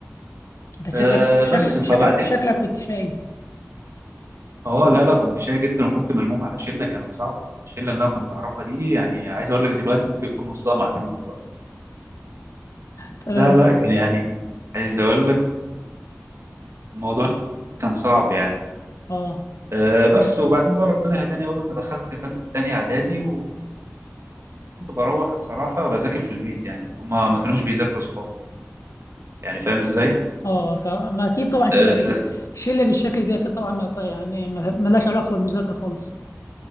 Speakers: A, on the left; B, on the right.
A: انت شكلك
B: أه
A: شكلك
B: بس فبعدين
A: شكلك شكلك كنت شايف
B: اه لا لا كنت شاي جدا وكنت ملموم على شله كانت صعبه الشله اللي انا كنت اعرفها دي يعني عايز اقول لك دلوقتي ممكن يكون نصها محبوس دلوقتي
A: تمام
B: لا لا كان يعني عايز اقول لك الموضوع كان صعب يعني
A: اه
B: أه بس وبعدين بقى ربنا هداني اول ما دخلت تالت- تاني اعدادي وكنت بروح الصراحه بذاكر في البيت يعني هما ما كانوش بيذاكروا صحابي يعني فاهم ازاي
A: اه فما اكيد طبعا شله
B: آه،
A: بش... شله بالشكل ده اكيد طبعا ما ط- يعني ما ما لهاش علاقه بالمذاكره خالص